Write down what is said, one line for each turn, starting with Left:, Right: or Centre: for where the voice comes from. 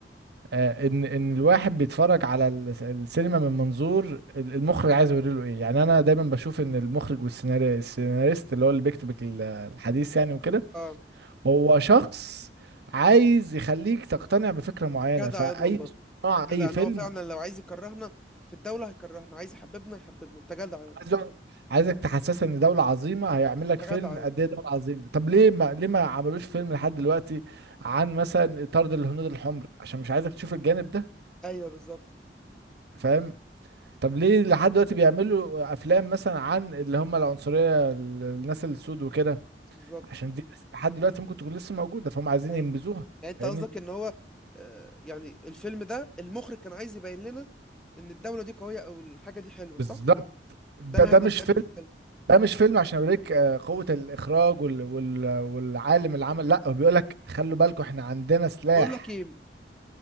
Right: آه، ان ان الواحد بيتفرج على ال- السينما من منظور ال- المخرج عايز يوري له ايه يعني انا دايما بشوف ان المخرج والسيناري السيناريست اللي هو اللي بيكتب ال- الحديث يعني وكده
Centre: اه
Right: هو شخص عايز يخليك تقتنع بفكرة معينة
Centre: جدع
Right: فاي
Centre: ياض والله
Right: صناعة
Centre: جدع
Right: اي فيلم
Centre: ان هو فعلا لو عايز يكرهنا في الدولة هيكرهنا عايز يحببنا يحببنا انت جدع ياض
Right: عايز يقعد- عايزك تحسسك ان دولة عظيمة هيعمل لك فيلم
Centre: انت جدع ياض
Right: قد ايه دولة عظيمة طب ليه ما ليه ما عملوش فيلم لحد دلوقتي عن مثلا طرد الهنود الحمر عشان مش عايزك تشوف الجانب ده
Centre: ايوه بالظبط
Right: فاهم طب ليه لحد دلوقتي بيعملوا افلام مثلا عن اللي هم العنصريه ال- الناس السود وكده
Centre: بالظبط
Right: عشان دي لسه- لحد دلوقتي ممكن تكون لسه موجوده فهم عايزين
Centre: ايوه
Right: ينبذوها
Centre: يعني انت
Right: فاهمني
Centre: قصدك ان هو آه، يعني الفيلم ده المخرج كان عايز يبين لنا ان الدولة دي قوية او الحاجة دي حلوة
Right: بالظبط
Centre: صح؟
Right: ده
Centre: ده الهدف
Right: ده مش
Centre: يعني
Right: فيلم
Centre: من الفيلم
Right: ده مش فيلم عشان اوريك آه، قوه الاخراج وال وال والعالم اللي عمل لا هو بيقول لك خلوا بالكم احنا عندنا سلاح
Centre: بقول لك ايه